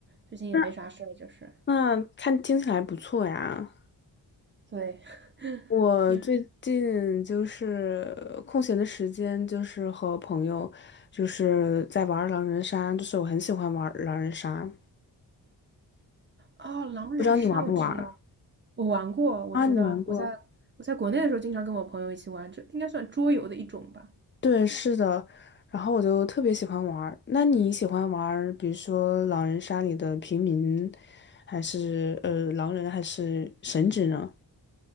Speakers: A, on the right; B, on the left.
A: 最近也没啥事儿，
B: 那
A: 就是
B: 那看听起来不错呀。
A: 对，
B: 我最近就是空闲的时间，
A: <laughs> 因为
B: 就是和朋友就是在玩儿狼人杀，就是我很喜欢玩儿狼人杀，
A: 哦，狼人杀我知道，
B: 不知道你玩不玩儿
A: 我玩过，我知道，
B: 啊？你玩过？
A: 我在我在国内的时候经常跟我朋友一起玩，这应该算桌游的一种吧。
B: 对，是的。然后我就特别喜欢玩儿那你喜欢玩儿比如说狼人杀里的平民，还是呃狼人，还是神职呢？